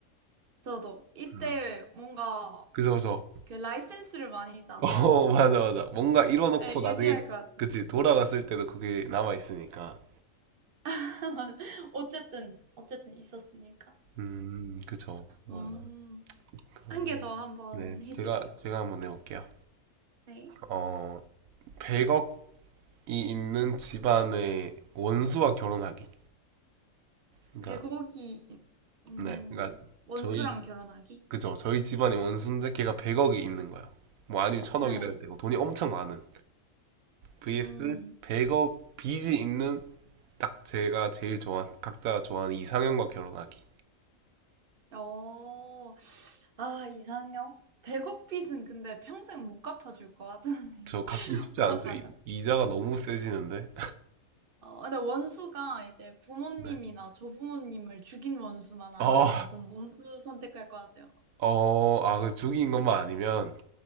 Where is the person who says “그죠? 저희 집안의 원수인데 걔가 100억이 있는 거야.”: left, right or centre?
Right